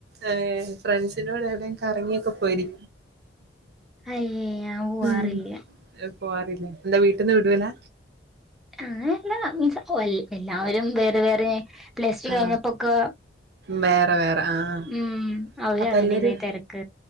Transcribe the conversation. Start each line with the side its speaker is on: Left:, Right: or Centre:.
Right: ഏഹ് ഫ്രണ്ട്സിനോട് എവിടെ കറങ്ങിയൊക്കെ പോയിരി..
Centre: അയ്യേ ഞാൻ പോവാറില്ല
Right: ഉം പോവാറില്ലേ എന്താ വീട്ടിന്ന് വിടുലാ..
Centre: അങ്ങനല്ല. മീൻസ് എല്ലാവരും വേറെ വേറെ പ്ലസ്റ്റു
Right: ആ
Centre: കഴിഞ്ഞപ്പോക്കെ..
Right: വേറെ വേറെ ആഹ്
Centre: ഉം അവര്
Right: അപ്പൊ
Centre: അവരുടേതായ
Right: എല്ലാരും
Centre: തിരക്ക്